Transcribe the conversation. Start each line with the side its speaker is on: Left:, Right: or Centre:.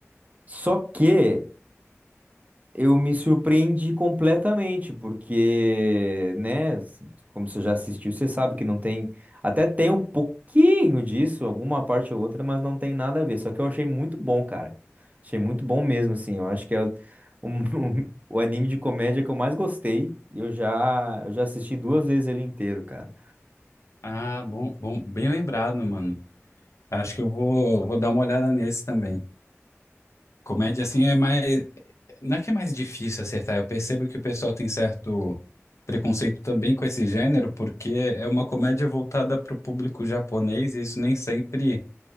Right: Só que eu me surpreendi completamente, porque, né, s- como você já assistiu, você sabe que não tem, até tem um pouquinho disso, alguma parte ou outra, mas não tem nada a ver. Só que eu achei muito bom, cara. Achei muito bom mesmo, assim. Eu acho que é o, um- <laughs> um- o anime de comédia que eu mais gostei. e Eu já, eu já assisti duas vezes ele inteiro, cara.
Left: Ah, bom, bom, bem lembrado, mano. Acho que eu vou, vou dar uma olhada nesse também. Comédia assim é mais, não é que é mais difícil acertar, eu percebo que o pessoal tem certo preconceito também com esse gênero, porque é uma comédia voltada para o público japonês e isso nem sempre